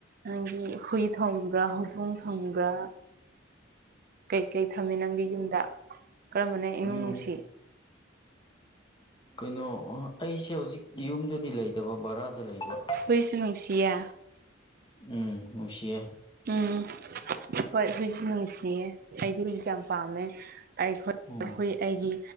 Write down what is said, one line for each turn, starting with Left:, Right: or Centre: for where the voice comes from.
Right: ꯑꯪꯒꯤ ꯍꯨꯏ ꯊꯣꯡꯕ꯭ꯔꯥ ꯍꯧꯗꯣꯡ ꯊꯣꯡꯕ꯭ꯔꯥ ꯀꯩꯀꯩ ꯊꯝꯃꯤ ꯅꯪꯗꯤ ꯌꯨꯝꯗ ꯀꯔꯝꯕꯅ ꯏꯅꯨꯡ
Left: ꯌꯨꯝ
Right: ꯅꯨꯡꯁꯤ
Left: ꯀꯩꯅꯣ ꯑꯩꯁꯦ ꯍꯧꯖꯤꯛ ꯌꯨꯝꯗꯗꯤ ꯂꯩꯗꯕ ꯕꯔꯥꯗ ꯂꯩꯕ
Right: ꯍꯨꯣꯏꯁꯨ ꯅꯨꯡꯁꯤꯌꯦ
Left: ꯎꯝ ꯅꯨꯡꯁꯤꯌꯦ
Right: ꯎꯝ ꯍꯣꯏ ꯍꯨꯢꯁꯨ ꯅꯨꯡꯁꯤꯌꯦ ꯑꯩꯗꯤ ꯍꯨꯢꯁꯨ ꯌꯥꯝ ꯄꯥꯝꯃꯦ ꯑꯩ ꯍꯣꯏ
Left: ꯎꯝ
Right: ꯍꯨꯏ ꯑꯩꯒꯤ